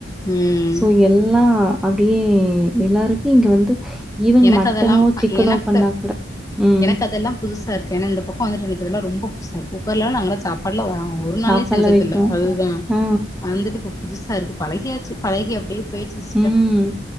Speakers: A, on the left; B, in the centre.
A: ம்
B: சோ எல்லா அப்டியே எல்லாருமே இங்க வந்து ஈவன்
A: எனக்கு
B: மட்டனோ,
A: அதெல்லா
B: சிக்கனோ
A: எனக்கு
B: பண்ணா கூட ம்.
A: எனக்கு அதெல்லா புது சா இருக்கு ஏன்னா இந்த பக்க வந்துட்டு எனக்கு இதெல்லா ரொம்ப புதுசா இருக்கு குக்கர்லலா நா சாப்பாடுலா ஒரு
B: சாப்பாடுல
A: நாளே செஞ்சதுல்ல
B: வைக்க மாட்டேன்.
A: அதுதா
B: ஆ,
A: வந்துட்டு இப்ப புதுசா இருக்கு பழகியாச்சு பழகி அப்டியே போயிச்சு சிஸ்டர்
B: ம்.